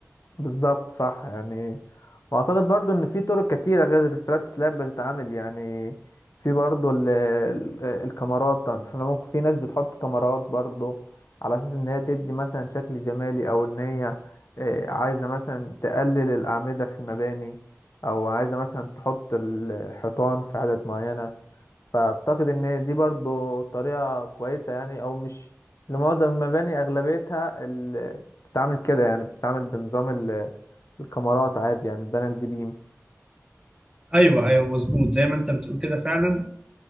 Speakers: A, on the left; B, on the right.
A: بالظبط صح يعني واعتقد برضو ان في طرق كتيره غير الفلات سلاب بتتعمل يعني في برضو ال ال الكاميرات احنا ممكن في ناس بتحط كاميرات برضو على اساس ان هي تدي مثلا شكل جمالي او ان هي آه، عايزه مثلا تقلل الاعمده في المباني او عايزه مثلا تحط الحيطان في عدد معينه فأعتقد إن دي برضو طريقة كويسة يعني أو مش لمعظم المباني أغلبيتها ال- بتتعامل كده يعني بتتعامل بنظام ال- الكاميرات عادي يعني البانل الدي بيم
B: ايوه ايوه مظبوط زي ما انت بتقول كده فعلا